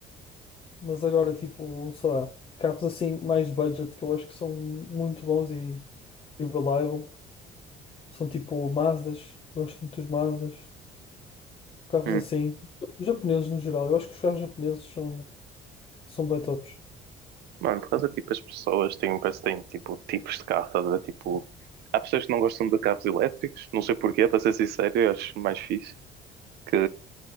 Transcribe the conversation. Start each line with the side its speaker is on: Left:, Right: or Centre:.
Left: Mas agora, tipo, sei lá, carros assim, mais budget, que eu acho que são muito bons e e o Reliable. São tipo Mazdas, gosto muito dos Mazdas, carros
Right: Hum.
Left: assim. Os japoneses no geral, eu acho que os carros japoneses são, são bem tops.
Right: Mano, por causa, tipo, as pessoas têm, parece que têm, tipo, tipos de carro, estás a ver? Tipo, há pessoas que não gostam de carros elétricos, não sei porquê, para ser sincero, eu acho mais fixe que